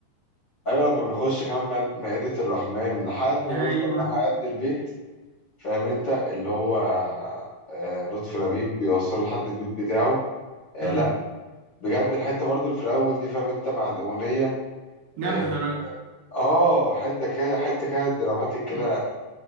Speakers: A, on the left; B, on the right.
A: ايوه لما بيخش كمان مائده مائدة الرحمن لحد ما
B: ايوه
A: يوصل لحد البيت فاهم انت اللي هو آه، لطفي لبيب بيوصله لحد البيت بتاعه آه،
B: امم
A: لا بجد الحته برضه اللي في الاول دي فاهم انت مع الاغنيه
B: جامده
A: اه
B: خلي بالك
A: آه، حته كده حته كده دراماتيك كده
B: مم.